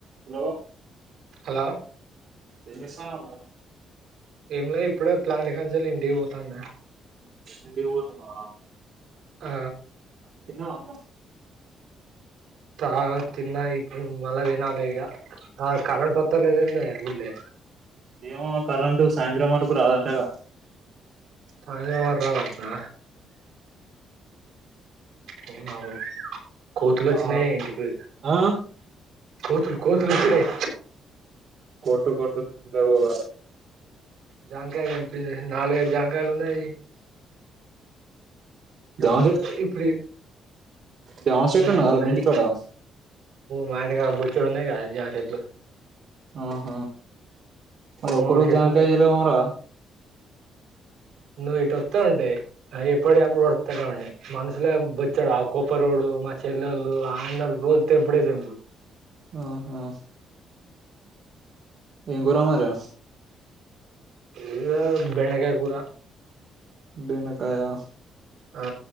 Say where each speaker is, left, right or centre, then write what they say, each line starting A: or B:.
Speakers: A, on the right; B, on the right.
A: Hello.
B: ఆ
A: ఏం చేస్తావు అన్న
B: ఏమి లే ఇప్పుడే ప్లాంటి కానించి ఇంటికి పోతాన్నా
A: ఇంటికి పోతున్నావా
B: ఆ
A: తినవా
B: ఆ తిన్న ఇప్పుడు మల తినాలే ఇగ ఆ కరెంట్ వ స్తలేదేంటి
A: ఏమో కరెంటు సాయంత్రం వరకు రాదంటగా
B: సాయంత్రం వరకు రాదంటాన అవును కోతులు వచ్చినాయి
A: ఆ
B: ఇంటికి పైన
A: ఆ
B: కోతులు కోతులు వచ్చినాయి
A: <inaudible>
B: జామకాయలు తెంపింది నాలుగైదు జామకాయలు ఉన్నాయి
A: జామ చెట్టు
B: ఇప్పుడి
A: జామ చెట్టు
B: ఉన్నాయి
A: ఉన్నదారా
B: ఉన్నాయి
A: మీ ఇంటికాడ
B: మా ఇంటిగాడ బోచుడువునైగా జామ చెట్లు
A: ఆహ ఒకరోజు
B: మూడు చెట్లు
A: జామకాయ
B: ఉన్నాయి
A: ఇయవెమోరా
B: నువ్వు ఇటు వత్తే ఉంటాయి ఆ ఎప్పుడ అప్పుడు వస్తానే ఉంటాయి మనసులో బచ్చాడు ఆ కోప్ప రోడు మా చెల్లెళ్ళు ఆ అన్న రోజు తెంపుడే తెంపుడు
A: ఆహా ఏం కూర మరి
B: ఈరోజు బెండకాయ కూర
A: బెండకాయ
B: ఆ